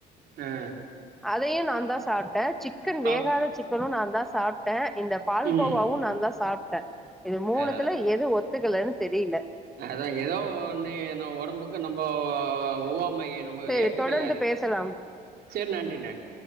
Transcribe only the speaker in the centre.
அதையு நான்தா சாப்ட்டே சிக்கன் வேகாத
அதுவு நான்தா சாப்ட்டே இந்த பால்கோவாவு
நான்தா சாப்ட்டே இது மூணுத்துல
எது ஒத் துக்கலன்னு தெரியல
சேரி
தொடர்ந்து
பேசலாம்